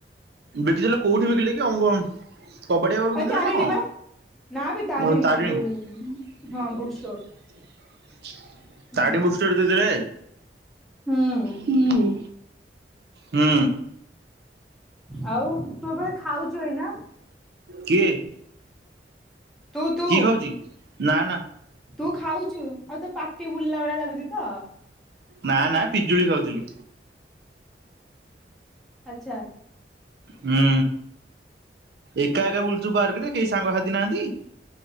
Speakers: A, on the right; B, in the centre.
A: ବିକିଥିଲେ କୋଉଠି ବିକିଲେ କି <unintelligible> କବାଡ଼ିବା ବାଲାକୁ ବିକି
B: ଏ
A: ଦେଲେ
B: ତାରିଣୀ
A: ନା କଣ,
B: ବା ନା ବେ ତାରିଣୀ
A: ଓହ ତାରିଣୀ
B: ଯୋଉ ହଁ ବୁକ୍ ଷ୍ଟୋର
A: ତାରିଣୀ
B: ହୁଁ
A: ବୁକ୍ ଷ୍ଟୋରରେ ଦେଇଦେଲେ।
B: ହୁଁ
A: ହୁଁ ହୁଁ।
B: ଆଉ ତୁ ଏବେ ଖାଉଛୁ ଏଇନା?
A: କିଏ?
B: ତୁ ତୁ।
A: କି ଖାଉଛି ନା ନା।
B: ତୁ ଖାଉଛୁ ଆଉ ତୁ ପାଟି ବୁଲିଲା ଭଳିଆ ଲାଗୁଚ ତ।
A: ନା ନା ପିଜୁଳି ଖାଉଥିଲି।
B: ଆଚ୍ଛା।
A: ହୁଁ ଏକା ଏକ ଉଲ <unintelligible> ସାଙ୍ଗ ନାହାନ୍ତି।